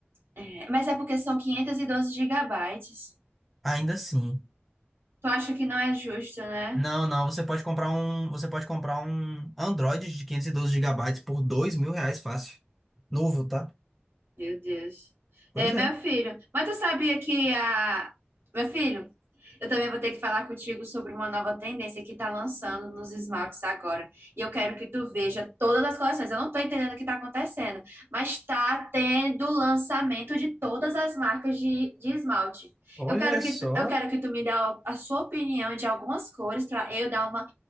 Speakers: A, on the right; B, in the centre.
A: É, mas é porque são 512 gigabytes.
B: Ainda assim.
A: Tu acha que não é justo, né?
B: Não, não, você pode comprar um. Você pode comprar um Android de 512 gigabytes por dois mil reais fácil. Novo, tá?
A: Meu Deus.
B: Pois
A: É, meu
B: é.
A: filho, mas tu sabia que a. Meu filho, Eu também vou ter que falar contigo sobre uma nova tendência que está lançando nos esmaltes agora. E eu quero que tu veja todas as coleções. Eu não estou entendendo o que está acontecendo, mas está tendo lançamento de todas as marcas de, de esmalte.
B: Olha
A: Eu quero que
B: só.
A: tu, eu quero que tu me dê a, a sua opinião de algumas cores para eu dar uma